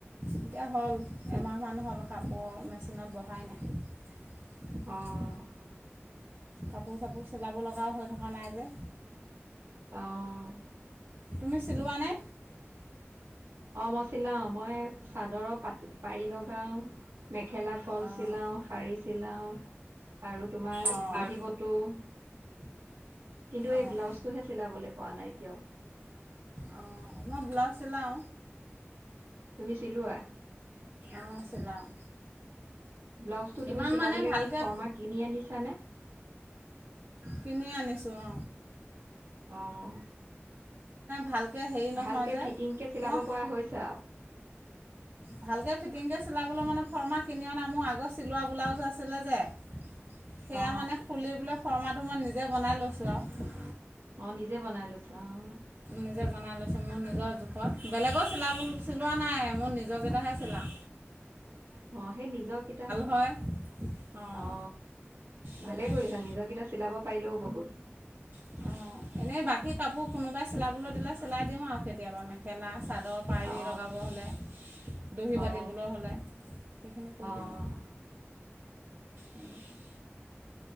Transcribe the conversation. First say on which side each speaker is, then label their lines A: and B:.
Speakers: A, on the right (about 35°); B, on the right (about 70°).
A: এতিয়া হ'ল এমাহমান হ'ল কাপোৰ মেচিনত বহাই নাই।
B: অ',
A: কাপোৰ চাপোৰ চিলাব লগাও হৈ থকা নাই যে
B: অ',
A: তুমি চিলোৱা নে?
B: অ মই চিলাও, মই চাদৰৰ পাত পাৰি লগাও মেখেলা ফল
A: অঁ
B: চিলাওঁ, শাৰী লাওঁ আৰু তোমাৰ
A: অঁ
B: দহি বটু <inaudible> কিন্তু
A: অঁ
B: এই ব্লাউজটোহে চিলাবলৈ পোৱা নাই কিয়?
A: অঁ মই ব্লাউজ চিলাওঁ
B: তুমি চিলোৱা?
A: অঁ চিলাওঁ
B: ব্লাউজটো
A: ইমান
B: তুমি চিলাবলৈ
A: মানে ভালকৈ
B: কি ফৰ্মা কিনি আনিছানে?
A: কিনি আনিছোঁ অ।
B: অ'
A: ভালকৈ হেৰি নহয়
B: ভালকে
A: যে
B: ফিটিং কে চিলাব
A: মই
B: পৰা হৈছো
A: ভালকৈ ফিটিংকৈ চিলাবলৈ মানে ফৰ্মা কিনি অনা মোৰ আগত চিলোৱা ব্লাউজ আছিলে যে সেয়া
B: অ
A: মানে খুলি বোলে ফৰ্মা টো মই নিজে বনাই লৈছোঁ আৰু।
B: অ নিজে বনাই লৈছা অ।
A: নিজে বনাই লৈচো, মোৰ নিজৰ জোখত। বেলেগৰ চিলাব, চিলোৱা নাই মোৰ নিজ যকেইটাহে চিলাও।
B: অ সেই নিজক কেইটা,
A: হয় অঁ
B: অ
A: তেনেকৈ
B: ভালে কৰিছা নিজৰকেইটা চিলাব পাৰিলেও বহুত।
A: অঁ এনেই বাকী কাপোৰ কোনোবাই চিলাবলৈ দিলে চিলাই দিওঁ আৰু কেতিয়াবা মেখেলা চাদৰ পাৰী
B: অ
A: লগাব হ'লে, দহি বাতিবলৈ
B: অ
A: হ'লে, সেইখিনি কৰি
B: অ
A: দিওঁ আৰু। <unintelligible>